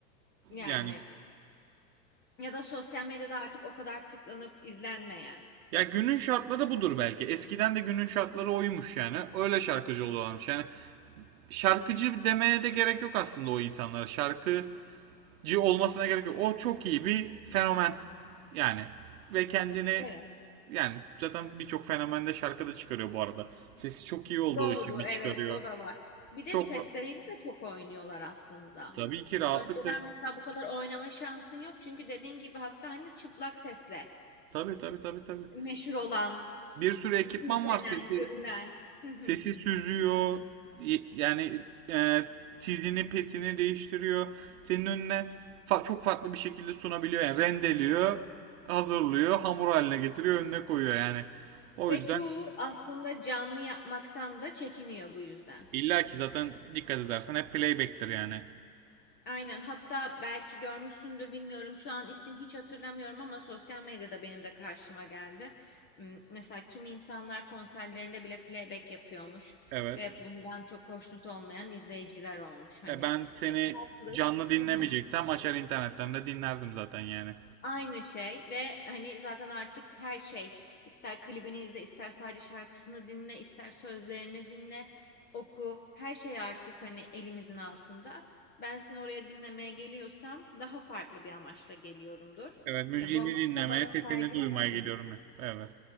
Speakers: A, on the left; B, on the right.
A: yani
B: Yani
A: ya da sosyal medyada artık o kadar tıklanıp izlenmeyen.
B: ya günün şartları budur belki. Eskiden de günün şartları oymuş yani. Öyle şarkıcı oluyorlarmış. Yani şarkıcı demeye de gerek yok aslında o insanlara. Şarkıcı olmasına gerek yok. O çok iyi bir fenomen yani. Ve kendini
A: Evet.
B: yani zaten birçok fenomende şarkı da çıkarıyor bu arada. Sesi çok iyi olduğu
A: Doğru,
B: için mi
A: evet
B: çıkarıyor?
A: o da var. Bir de
B: Çok
A: sesleriyle de çok oynuyorlar aslında.
B: Tabii ki rahatlıkla
A: Önceden mesela bu kadar oynama şansın yok çünkü dediğin gibi hatta hani çıplak sesle
B: Tabii tabii tabii tabii.
A: meşhur olan,
B: Bir sürü ekipman
A: izlenen,
B: var. Sesi
A: görülen. Hı hı.
B: sesi süzüyor. Y- Yani e, tizini pesini değiştiriyor. Senin önüne fa- çok farklı bir şekilde sunabiliyor. Yani rendeliyor, hazırlıyor, hamur haline getiriyor, önüne koyuyor yani. O
A: Ve
B: yüzden
A: çoğu aslında canlı yapmaktan da çekiniyor bu yüzden.
B: illa ki zaten dikkat edersen hep playback'tir yani.
A: Aynen. Hatta belki görmüşsündür bilmiyorum. Şu an isim hiç hatırlamıyorum ama sosyal medyada benim de karşıma geldi. M- Mesela kimi insanlar konserlerinde bile playback yapıyormuş
B: Evet.
A: ve bundan çok hoşnut olmayan izleyiciler olmuş hani.
B: E ben seni
A: E, haklı.
B: canlı dinlemeyeceksem
A: <laughs>
B: açar internetten de dinlerdim zaten yani.
A: Aynı şey ve hani zaten artık her şey ister klibini izle ister sadece şarkısını dinle ister sözlerini dinle oku her şey artık hani elimizin altında. Ben seni oraya dinlemeye geliyorsam daha farklı bir amaçla geliyorumdur.
B: Evet, müziğini
A: E, bu amaçı
B: dinlemeye,
A: da bana
B: sesini
A: sergilemediğin
B: duymaya geliyorum. ya. Evet.